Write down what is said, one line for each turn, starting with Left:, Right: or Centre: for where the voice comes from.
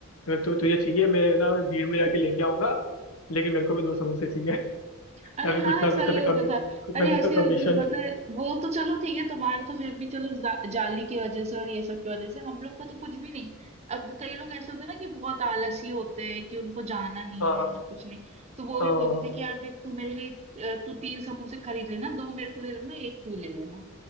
Left: मैं तो तुझे चाहिए मैं ना भीड़ में जाके लेके आऊंगा लेकिन मेरे को भी दो समोसे चाहिए <laughs> या
Right: अरे
Left: फिर
Right: हाँ
Left: कुछ ना
Right: ऐसा
Left: कुछ
Right: ही
Left: तो
Right: होता
Left: कमी
Right: था
Left: कुछ
Right: अरे
Left: ना कुछ
Right: ऐसे
Left: तो
Right: ही
Left: कमीशन
Right: होता था पता है वो तो चलो ठीक है तुम्हारा तो फिर भी चलो जा, जाली की वजह से और ये सब की वजह से हम लोग का तो कुछ भी नहीं अब कई लोग ऐसे होते हैं ना कि बहुत आलसी होते हैं कि उनको जाना नहीं
Left: हाँ
Right: है
Left: हाँ
Right: कुछ नहीं तो वो
Left: हाँ
Right: भी बोलते
Left: हाँ
Right: थे कि यार देख तू मेरे लिए अ, तू तीन समोसे खरीद लेना दो मेरे को दे देना एक तू ले लेना